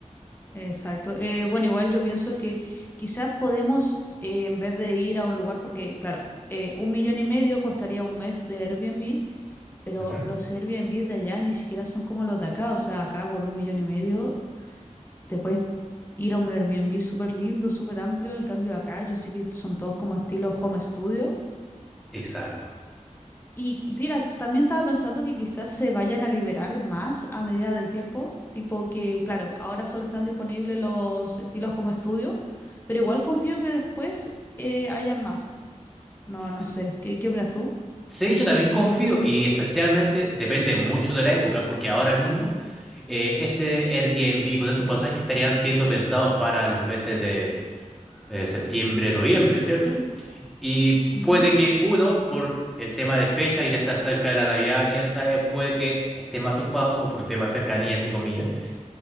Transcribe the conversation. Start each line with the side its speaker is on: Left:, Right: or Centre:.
Left: Exacto. Eh, bueno, igual yo pienso que quizás podemos, eh, en vez de ir a un lugar, porque claro, eh, un millón y medio costaría un mes de Airbnb, pero
Centre: Ujú,
Left: los Airbnb de allá ni siquiera son como los de acá. O sea, acá por un millón y medio te puedes ir a un Airbnb súper lindo, súper amplio. En cambio, acá yo sé que son todos como estilo home studio.
Centre: Exacto.
Left: Y qu- mira, también estaba pensando que quizás se vayan a liberar más a medida del tiempo, tipo que, claro, ahora solo están disponibles los estilos Home Studio, pero igual confío que después eh, hayan más. No, no
Centre: S-
Left: sé, ¿qué, qué opinas tú?
Centre: Sí, yo también confío y especialmente depende mucho de la época, porque ahora mismo eh, ese Airbnb con esos pasajes estarían siendo pensados para los meses de eh, septiembre, noviembre, ¿cierto? Y
Left: Ujú,
Centre: puede
Left: ujú.
Centre: que uno, por el tema de fecha, que ya está cerca de la Navidad, quién sabe, puede que estén más ocupados o por un tema de cercanía, entre comillas.